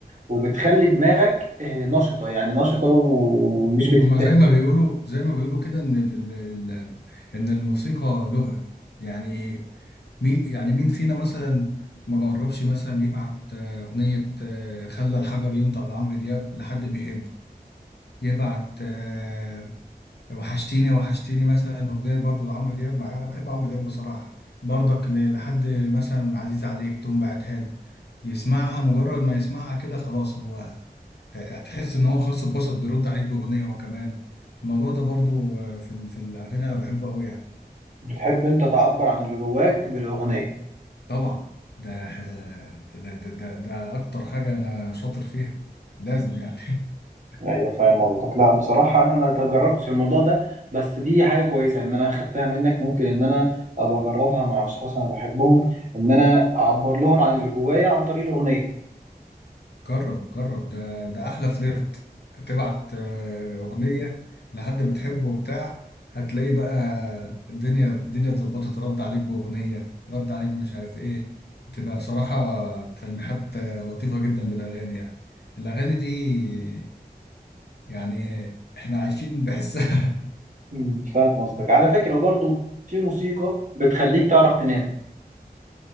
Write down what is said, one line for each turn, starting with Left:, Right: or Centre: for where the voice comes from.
Right: وبتخلي دماغك آه، نشطة يعني نشطة ومش بتتاكل
Left: هما زي ما بيقولوا زي ما بيقولوا كده ان ال ال ال ان الموسيقى لغة يعني مين يعني مين فينا مثلا ما جربش مثلا يبعت آه، أغنية آه، خلى الحجر ينطق لعمرو دياب لحد بيحبه يبعت آه، وحشتيني وحشتيني مثلا أغنية برضو لعمرو دياب مع أنا بحب عمرو دياب بصراحة برضك ل- لحد مثلا عزيز عليك تقوم بعتها له يسمعها مجرد ما يسمعها كده خلاص هو هتحس ان هو خاص اتبسط بيرد عليك باغنيه هو كمان الموضوع ده برضو آه، في ال- في الاغاني انا بحبه قوي يعني
Right: بتحب انت تعبر عن اللي جواك بالاغنية
Left: طبعا ده آه، ده ده ده, ده اكتر حاجه انا شاطر فيها لازم يعني <laughs>
Right: ايوه فاهم قصدك لا بصراحة انا ما تجربتش الموضوع ده بس دي حاجة كويسة ان انا خدتها منك ممكن ان انا ابقى اجربها مع اشخاص انا بحبهم ان انا اعبر لهم عن اللي جوايا عن طريق الاغنية
Left: جرب جرب ده ده احلى فليرت تبعت آه، اغنيه لحد بتحبه وبتاع هتلاقي بقى الدنيا الدنيا اتظبطت رد عليك باغنيه رد عليك مش عارف ايه تبقى بصراحه تلميحات آه، لطيفه جدا بالاغاني يعني الاغاني دي يعني احنا عايشين بحسها
Right: مم، فاهم قصدك على فكرة وبرضه في موسيقى بتخليك تعرف تنام